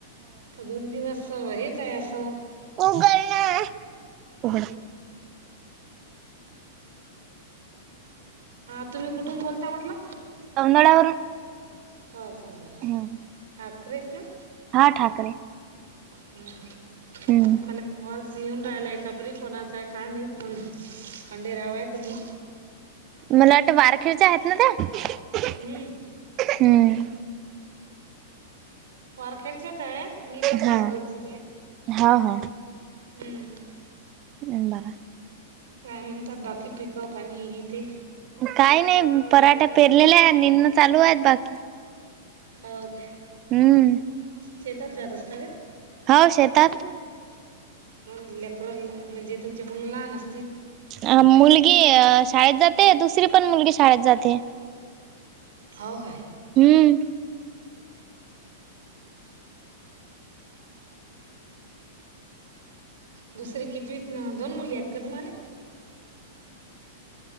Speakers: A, on the right; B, on the right.
A: दोन दिवस हेच आहे. असं
B: उघड ना. उघड
A: हां तुम्ही कुठून बोलता म्हटलं?
B: तेवड्यान वरून
A: हो सोवद्या
B: हम्
A: ठाकरेस ना?
B: हा ठाकरे.
A: हम्
B: हम्म
A: मला कॉल्स येऊन राहिला, एकापरी कोणाचा आहे, काय माहित नाही. पण खंडे रावाय कोणी?
B: मला वाटत वारखेडच्या आहेत ना त्या?
A: हम्म
B: <inaudible> हम्म
A: वारखेडचेच आहेत. मी पण वारखेडचेच
B: हा
A: आहे.
B: हा हा
A: हम्म
B: बंबया <inaudible>
A: काय म्हणतात, बाकी पिकपाणी आणि हे ते
B: काय नाही पराठा पेरलेल्या आहेत, निंन चालू आहेत. बाकी
A: हो का?
B: हम्म
A: शेतात जात असता काय?
B: हो शेतात.
A: हो लेकर म्हणजे तुमच्या मुलं लहान असतील?
B: ह मुलगी शाळेत जाते, दुसरी पण मुलगी शाळेत जाते.
A: हो काय.
B: हम्म
A: दुसरी कितवीत, दोन मुली आहेत का तुम्हाला?